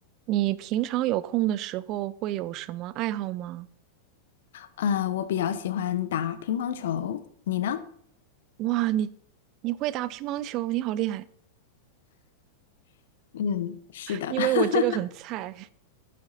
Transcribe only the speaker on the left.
呃，我比较喜欢打乒乓球，你呢？
嗯，是的。
<laughs>